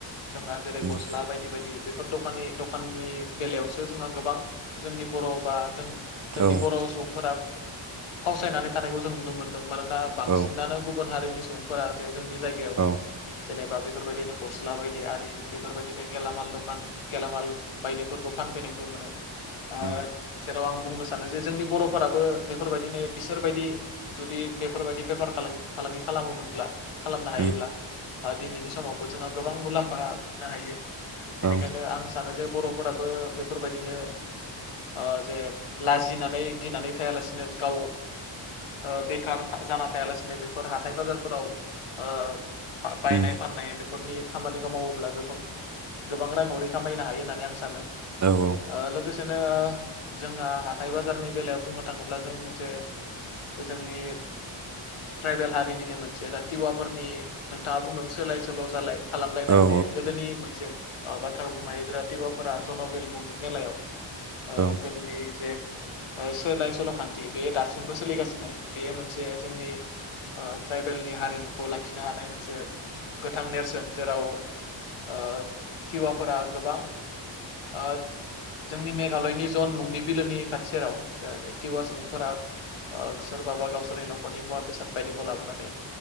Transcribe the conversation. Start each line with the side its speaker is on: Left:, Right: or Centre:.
Left: जोंहा जेरै
Right: उम
Left: गस्ला बायदि बायदि बेफोर दखान दखाननि बेलायावसो जोंहा गोबां जोंनि बर' बा जों जोंनि
Right: औ
Left: बर' सुबुंफोरा फावसायनानै थानायखौ जों नुनो मोनदों मानोना बांसिनानो
Right: औ
Left: गुबुन हारिनि सुबुंफोरा जे जोंनि जाय गायाव
Right: औ
Left: जेनेबा बेफोरबायदिनो गस्ला बायदि आरि बेफोरबायदिनो गेलामाल दखान गेलामाल बायदिफोरखौ फानफैनायखौ मोनो। ओ
Right: उम
Left: जेराव आं बुंनो सानो जे जोंनि बर'फोराबो बेफोरबायदिनो बिसोरबायदि जुदि बेफोरबायदि बेफार फालांगि खालामोमोनब्ला खालामनो हायोब्ला
Right: उम
Left: ओ दिनैनि समावबो जोंहा गोबां मुलाम्फा मोननो हायो। बेनिखायनो
Right: औ
Left: आं सानो जे बर'फोराबो बेफोरबायदिनो ओ जे लाजिनानै गिनानै थायालासिनो गाव ओ बेखार जाना थायालासिनो बेफोर हाथाय बाजारफोराव ओ बायनाय
Right: उम
Left: फाननाय बे न'खरनि खामानिखौ मावोब्ला जबो गोबां रांहरै खामायनो हायो होननानै आं सानो।
Right: औ औ।
Left: ओ लोगोसेनो जोंहा हाथाय बाजारनि बेलायाव बुंनो थाङोब्ला जों जे जोंनि ट्राइबेल हारिनिनो मोनसे दा टिवाफोरनि नोंथाङा बुंदों सोलाय सोल' जालाय खालामलायनाय
Right: औ उम
Left: बे गोदोनि मोनसे ओ बाथ्रा बुंनाय जेर टिवाफोरा जनबिल मुं बे मेलायाव ओ
Right: औ
Left: <unintelligible> जे ओे सोलाय सल' खान्थि बेयो दासिमबो सोलिगासिनो। बेयो मोनसे जे जोंनि ओ ट्राइबेलनि हारिमुखौ लाखिनो हानाय मोनसे गोथां नेरसोन जेराव ओ टिवाफोरा गोबां ओ जोंनि मेघालयनि जन मुंनि बिलोनि खाथि सेराव टिवा सुबुंफोरा ओ सोरबाबा गावसोरनि न'खरनि मुवा बेसाद बायदिखौ लाबोनानै